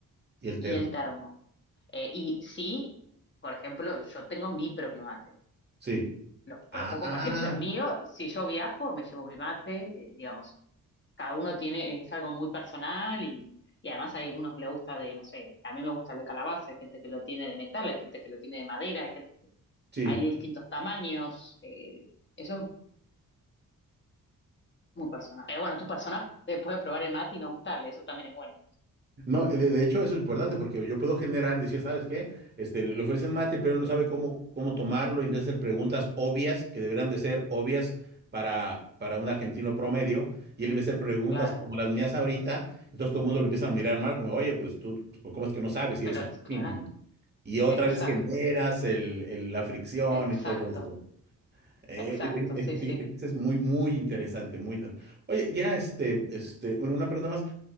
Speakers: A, on the right; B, on the left.
A: Y el
B: y
A: termo.
B: el termo. Eh, y sí, por ejemplo, yo tengo mi propio mate
A: Sí.
B: lo,
A: Ah,
B: lo puedo compartir, pero es mío. Si yo viajo, me llevo mi mate, eh, digamos. Cada uno tiene, es algo muy personal y, y además hay unos que le gusta de, no sé, a mí me gusta el de calabaza, hay gente que lo tiene de metal, hay gente que lo tiene de madera, hay, gen-
A: sí.
B: hay de distintos tamaños. eh, eso es muy personal. Pero bueno, tu personaje te puede probar el mate y no gustarle, eso también es bueno.
A: No, eh, de, de hecho eso es importante porque yo puedo generar, decir, ¿sabes qué? Este, le ofrecen mate, pero él no sabe cómo, cómo tomarlo y empieza a hacer preguntas obvias que deberían de ser obvias para, para un argentino promedio y él empieza a hacer preguntas
B: Claro,
A: como las mías ahorita, entonces todo el mundo lo empieza a mirar mal como, oye, pues tú, pues, ¿cómo es que no sabes si
B: pero
A: eres argentino?
B: claro,
A: no?". Y otra
B: exacto,
A: vez generas el, el- la fricción
B: exacto,
A: y todo esto. Eh,
B: exacto,
A: eh, eh,
B: sí, sí.
A: fíjate que eso es muy, muy interesante, muy interesante. Oye, ya este, este, una una pregunta más.